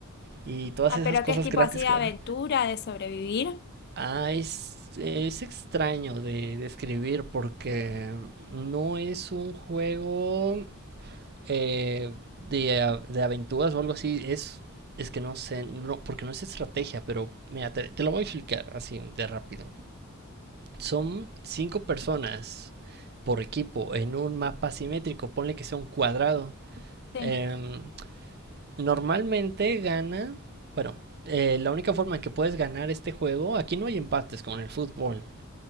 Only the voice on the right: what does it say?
y todas
esas
cosas
gratis
que
daban.
Ah, es, es extraño de describir porque no es un juego eh, de, de aventuras o algo así. Es, es que no sé, no, porque no es estrategia, pero mira, te, te lo voy a explicar así de rápido. son cinco personas por equipo en un mapa simétrico, ponle que sea un cuadrado,
eh, normalmente gana, bueno, eh, la única forma en que puedes ganar este juego, aquí no hay empates como en el fútbol,